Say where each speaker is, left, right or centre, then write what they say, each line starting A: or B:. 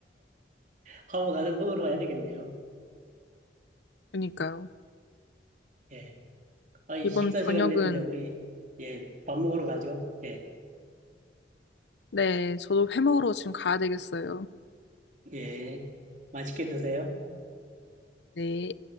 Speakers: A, on the right (about 45°); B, on the left (about 75°).
A: 하고 가서 먹으러 가야 되겠네요.
B: 그러니까요.
A: 예. 아, 이
B: 이번
A: 식사 시간
B: 저녁은
A: 됐는데 우리 예, 밥 먹으러 가죠. 예,
B: 네, 저도 회 먹으러 지금 가야 되겠어요.
A: 예. 맛있게 드세요.
B: 네.